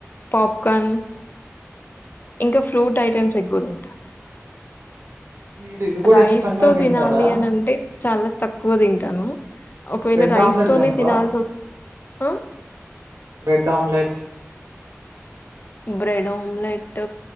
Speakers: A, on the left; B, on the right.
A: పాప్కన్, ఇంకా ఫ్రూట్ ఐటెమ్స్ ఎక్కువ తింటా
B: మీరు ఇది కూడా
A: రైస్
B: ఇష్టంగా
A: తో
B: తింటారా
A: తినాలి అని అంటే చాలా తక్కువ తింటాను. ఒకవేళ
B: బ్రెడ్
A: రైస్
B: ఆమ్లెట్
A: తోనే
B: తింటారా
A: తినాల్సోత్ ఆ
B: బ్రెడ్ ఆమ్లెట్
A: బ్రెడ్ ఆమ్లెట్